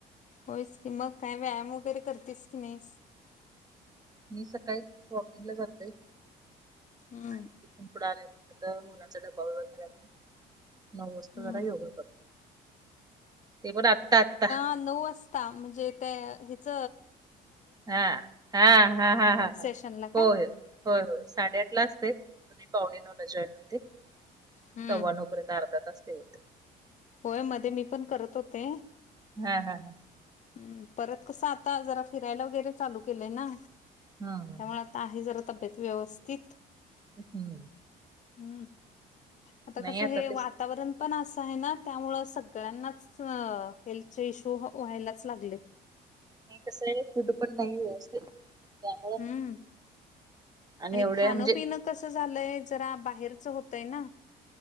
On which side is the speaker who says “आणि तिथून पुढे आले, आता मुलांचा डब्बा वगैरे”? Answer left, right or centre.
Right